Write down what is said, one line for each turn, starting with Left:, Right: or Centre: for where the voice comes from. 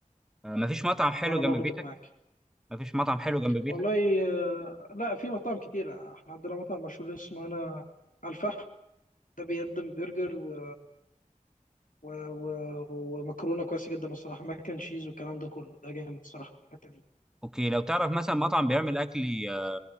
Centre: ما فيش مطعم حلو
Left: انا
Centre: جنب
Left: برضك
Centre: بيتك
Left: معاك
Centre: ما فيش مطعم حلو جنب بيتك
Left: والله آه، لا في مطاعم كتيرة احنا عندنا مطعم مشهور اسمه هنا على الفحم ده بيقدم برجر و... و... و... ومكرونة كويسة جدا الصراحة ماك اند تشيز والكلام ده كله ده جامد الصراحة في الحتة دي
Centre: اوكي لو تعرف مثلا مطعم بيعمل اكل آه،